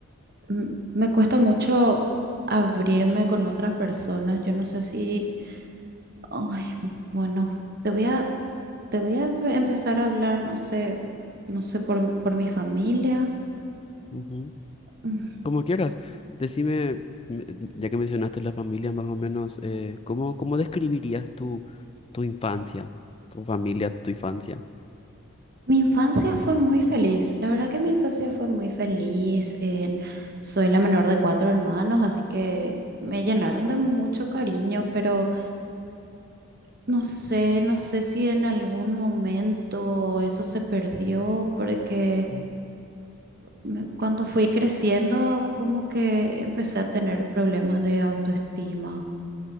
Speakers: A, on the right; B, on the left.
A: mm, me cuesta mucho abrirme con otras personas. Yo no sé si, ay, bueno, te voy a, te voy a pe- empezar a hablar, no sé, no sé, por, m- por mi familia.
B: Ujú.
A: Mm,
B: Como quieras, decime, m- ya que mencionaste la familia, más o menos, eh, ¿cómo, cómo describirías tu, tu infancia, tu familia, tu infancia?
A: Mi infancia fue muy feliz. La verdad que mi infancia fue muy feliz. en- soy la menor de cuatro hermanos, así que me llenaron de mucho cariño, pero No sé, no sé si en algún momento eso se perdió, porque
B: Ujú.
A: me- cuando fui creciendo, como que empecé a tener problemas de autoestima.